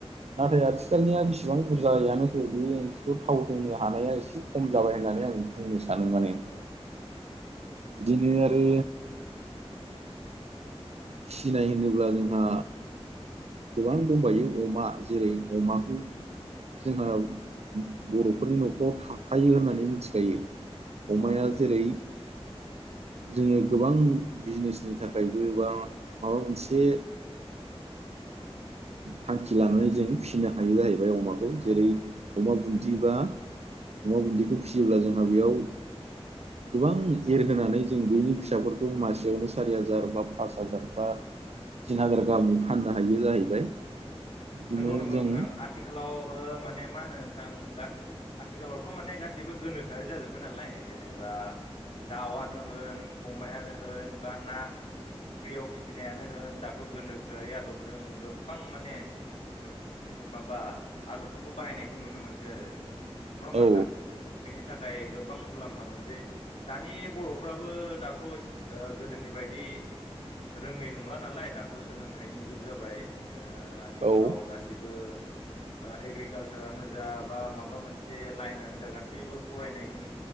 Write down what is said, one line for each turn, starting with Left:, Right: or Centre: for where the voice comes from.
Left: औ
Right: नाथाय
Left: औ
Right: आथिखालाव सिथिखालनिया बेसिबां बुरजायानो हो बे ओंख्रिखौ थाव होनो हानाया एसे खम जाबाय होननानै आं बुंनो सानो माने
Left: औ
Right: बिदिनो आरो फिनाय होनोब्ला जोंहा गोबां दंबायो अमा जेरै अमाखौ जोंहा बर'फोरनि न'खराव थाखायो होननानै मिथिखायो। अमाया
Left: औ नंगौ नोंथां
Right: जेरै जोंनि गोबां बिजनेसनि थाखायबो बा माबा मोनसे थांखि लानानै जों फिसिनो हायो जाहैबाय अमाखौ जेरै अमा बुन्दि बा अमा गुन्दैखौ फिसियोब्ला जोंहा बेयाव गोबां एरहोनानै जों बैनि फिसाफोरखौ मासे बेयावनो सारि हाजार बा पास हाजार बा थिन हाजार गाहामनि फाननो हायो जाहैबाय। बिदिनो
Left: नंगौ नंगौ
Right: जों
Left: नोंथां आथिखालाव ओ माने मा होनो नोंथां गासै आथिखालावथ' माने गासैबो गोनोखोआरि जाजोब्बाय नालाय जेनेबा दाउआनो होन अमायानो होन बा ना फुख्रियाव फिसिनायानो होन दाथ' गोनोखोआरि आदबजों गोबां माने फ माबा आदबफोरखौ बाहायनायखौ नुनो मोनसै आरो नङा होमबा
Right: औ
Left: नोंथां। बेनि थाखाय गोबां मुलाम्फा मोनसे दानि बर'फ्राबो दाथ' गोदोनि बायदि रोङै नंला नालाय दाथ' सोलोंथाइनि जुग जाबाय आथिखालाव
Right: औ
Left: गाससिबो जसिबो एग्रिकालसारानो जा बा माबा मोनसे लाइनानो जा गासैबो फरायनायनि